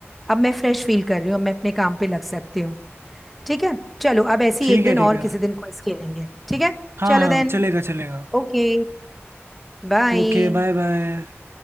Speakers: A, in the centre; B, on the right.
A: अब मैं फ्रेश फील कर रही हूँ अब मैं अपने काम पे लग सकती हूँ ठीक है चलो अब ऐसी
B: ठीक
A: एक दिन
B: है ठीक
A: और
B: है
A: किसी दिन क्विज खेलेंगे ठीक है
B: हाँ
A: चलो
B: हाँ
A: देन
B: चलेगा चलेगा
A: ओके बाय
B: Okay bye bye